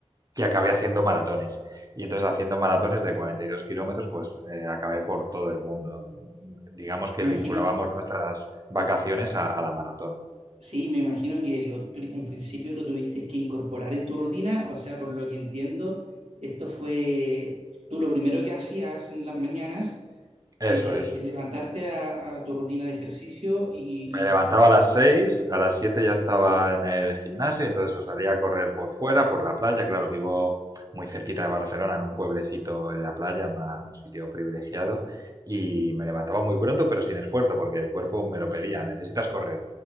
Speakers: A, on the right; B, on the right.
A: y acabé haciendo maratones. Y entonces haciendo maratones de 42 kilómetros, pues eh, acabé por todo el mundo. Digamos que
B: imagino,
A: vinculábamos nuestras vacaciones a, a la maratón.
B: sí, me imagino que lo pri- en principio lo tuviste que incorporar en tu rutina, o sea, por lo que entiendo, esto fue tú lo primero que hacías en las mañanas.
A: Eso
B: eh,
A: es.
B: levantarte a, a tu rutina de ejercicio y,
A: Me levantaba
B: y-
A: a las seis a las 7 ya estaba en el gimnasio, entonces o salía a correr por fuera, por la playa. Claro, vivo muy cerquita de Barcelona, en un pueblecito en la playa, una- un sitio privilegiado, y me levantaba muy pronto, pero sin esfuerzo, porque el cuerpo me lo pedía, necesitas correr.